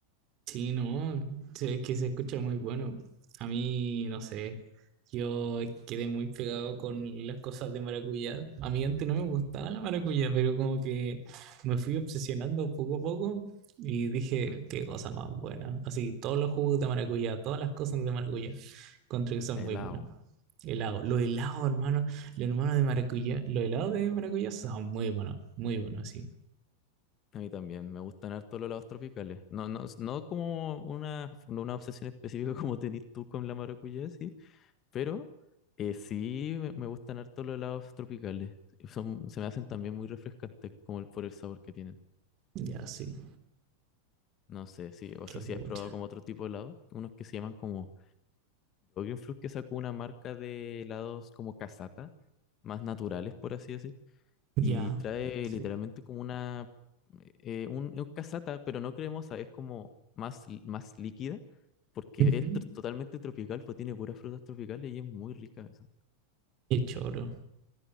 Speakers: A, on the right; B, on the left.
A: Sí, no, sí, es que se escucha muy bueno. A mí, no sé, yo quedé muy pegado con las cosas de maracuyá. A mí antes no me gustaba la maracuyá, pero como que me fui obsesionando poco a poco y dije,
B: Mm.
A: qué cosa más buena. Así, todos los jugos de maracuyá, todas las cosas de maracuyá, encuentro que son
B: Helado.
A: muy buenas. Helado, los helados, hermano, los hermanos de maracuyá, los helados de maracuyá son muy buenos, muy buenos, sí.
B: A mí también, me gustan harto los helados tropicales. No, no, no como una, no una obsesión específica <laughs> como tenés tú con la maracuyá, sí, pero eh, sí me, me gustan harto los helados tropicales. Son, se me hacen también muy refrescantes como el, por el sabor que tienen.
A: Ya, sí,
B: No sé, sí, o
A: qué
B: sea, si
A: bucha.
B: has probado como otro tipo de helado, unos que se llaman como fruit que sacó una marca de helados como casata, más naturales, por así decir
A: Ya.
B: y trae
A: Sí.
B: literalmente como una, eh, un, es casata, pero no cremosa, es como más, li- más líquida, porque
A: Ujú.
B: es tr- totalmente tropical, pues tiene puras frutas tropicales y es muy rica esa.
A: Qué choro.